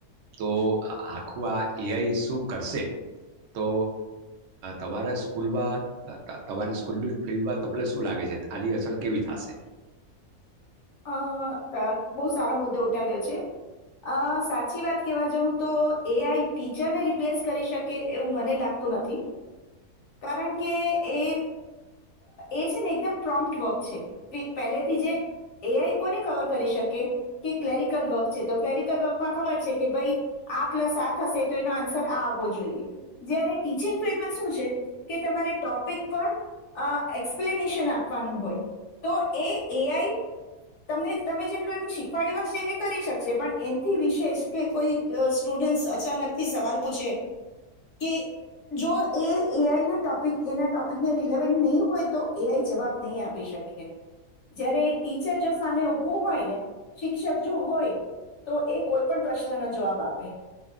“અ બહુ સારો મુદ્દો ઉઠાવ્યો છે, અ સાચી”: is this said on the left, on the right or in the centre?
Left